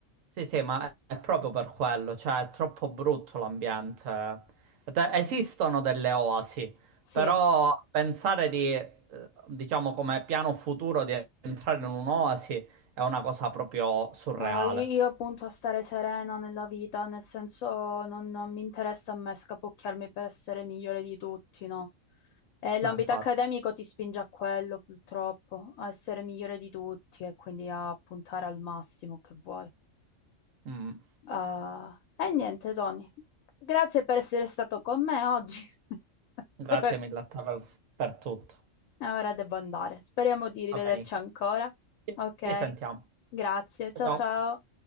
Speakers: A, on the right; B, on the left.
A: Sì, sì, ma è è proprio per quello, cioè è troppo brutto l'ambiente. Ed è- Esistono delle oasi,
B: Sì,
A: però pensare di, eh, diciamo, come piano futuro di entrare in un'oasi è una cosa proprio surreale.
B: no, io, io appunto a stare serena nella vita, nel senso non, non mi interessa a me scapocchiarmi per essere migliore di tutti, no? Eh, l'ambito
A: No, infatti.
B: accademico ti spinge a quello, purtroppo, a essere migliore di tutti e quindi a puntare al massimo che vuoi.
A: Mm.
B: Ah, e niente, Tony, grazie per essere stato con me oggi. <laughs>
A: Grazie mille a te per, per tutto.
B: E Ora devo andare. Speriamo di rivederci
A: Va benissimo.
B: ancora.
A: Ci ci
B: Ok,
A: risentiamo.
B: grazie. Ciao
A: Ciao. ciao.
B: ciao.